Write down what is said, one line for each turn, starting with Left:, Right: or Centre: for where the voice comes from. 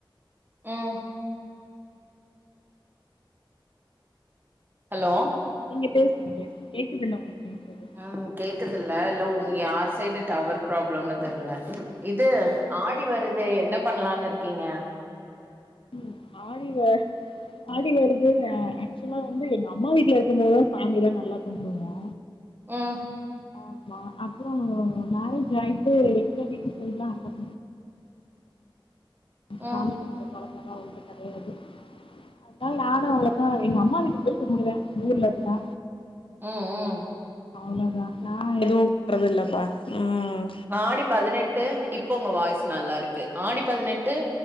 Right: ம் ஹலோ
Left: நீங்க பேசுங்க பேசுங்க கேக்குது இல்ல உங்களுக்கு பேசுறது
Right: ம் கேக்குது இல்ல இல்ல உங்க யார் சைடு டவர் ப்ராப்ளம்னு தெரியல இது ஆடி வருது என்ன பண்ணலான்னு இருக்கீங்க
Left: ம் ஆடில ஆடி வருது ஆக்சுவலா வந்து எங்க அம்மா வீட்ல இருக்கும் போதுதான் சாமி நல்லா கும்பிடுவோம் கொண்டுவோ
Right: ம்
Left: ஆமா அப்புறம் மேரேஜ் ஆயிட்டு எங்க வீட்டு சைடுல அவ்வள சாமி
Right: ம்
Left: கும்பிடுற பழக்கலாம் ஒன்னும் கெடையாது அதனால் நானும் அவளக்கா எங்க அம்மா வீட்டு போய் கும்பிடுவேன் ஊர்ல இருந்தா
Right: ம் ம்
Left: அவ்ளோதான் நானும் கும்பிடுறது இல்லப்பா ம்
Right: ஆடி பதினெட்டு இப்ப உங்க வாய்ஸ் நல்லா இருக்கு ஆடி பதினெட்டு